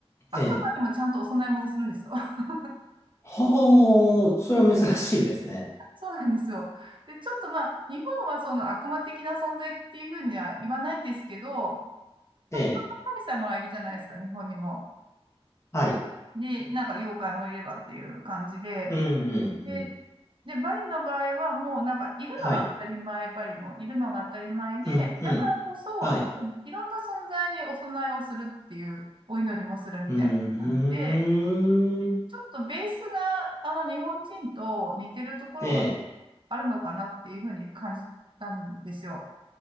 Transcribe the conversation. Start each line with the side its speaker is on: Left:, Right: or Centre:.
Right: あくまでもちゃんとお供え物するんですよ。
Left: ええ
Right: <laughs>
Left: ほう、それは珍しいですね。
Right: そうなんですよ。で、ちょっとまあ、日本はその悪魔的な存在っていうふうには言わないんですけど、ま
Left: ええ、
Right: あ、いろんな神様がいるじゃないですか、日本にも。
Left: はい。
Right: で、なんか妖怪もいればっていう感じで、
Left: うん、うん、
Right: で、
Left: うん。
Right: で、バリの場合はもうなんかいるのが当たり前、
Left: はい。
Right: バリもいるのが当たり前で、
Left: うん、うん。
Right: だからこそ、
Left: はい。
Right: いろんな存在にお供えをするっていう、お祈りもするみたいな感じで、
Left: うーん。
Right: ちょっとベースがあの日本人と似てるところが
Left: ええ。
Right: あるのかなっていうふうに感じたんですよ。